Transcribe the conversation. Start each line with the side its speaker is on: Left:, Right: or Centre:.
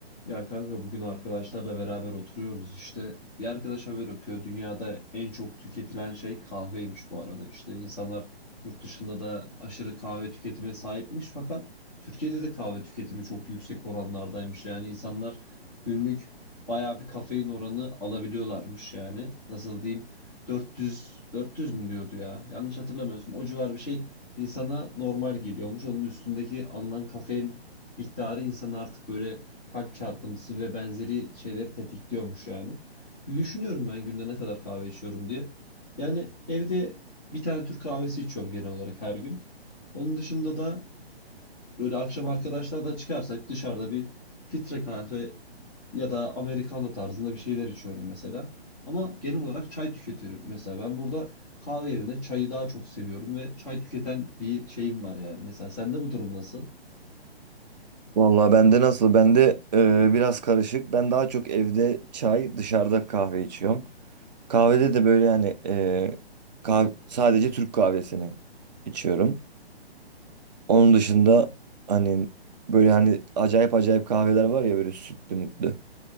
Centre: Ya kanka bugün arkadaşlarla beraber oturuyoruz işte. Bir arkadaş haber okuyor. Dünyada en çok tüketilen şey kahveymiş bu arada. İşte insanlar yurt dışında da aşırı kahve tüketimine sahipmiş fakat Türkiye'de de kahve tüketimi çok yüksek oranlardaymış. Yani insanlar günlük bayağı bir kafein oranı alabiliyorlarmış yani. Nasıl diyeyim? 400 400 mü diyordu ya? Yanlış hatırlamıyorsun. O civar bir şey insana normal geliyormuş. Onun üstündeki alınan kafein miktarı insan artık böyle kalp çarpıntısı ve benzeri şeyleri tetikliyormuş yani. Bir düşünüyorum ben günde ne kadar kahve içiyorum diye. Yani evde bir tane Türk kahvesi içiyorum genel olarak her gün. Onun dışında da böyle akşam arkadaşlarla çıkarsak dışarıda bir filtre kahve ya da americano tarzında bir şeyler içiyorum mesela. Ama genel olarak çay tüketirim mesela. Ben burada kahve yerine çayı daha çok seviyorum ve çay tüketen bir şeyim var yani. Mesela sende bu durum nasıl?
Right: Vallahi bende nasıl? Bende e, biraz karışık. Ben daha çok evde çay, dışarıda kahve içiyorum. Kahvede de böyle yani e, kah- sadece Türk kahvesini içiyorum. Onun dışında hani böyle hani acayip acayip kahveler var ya böyle sütlü mütlü.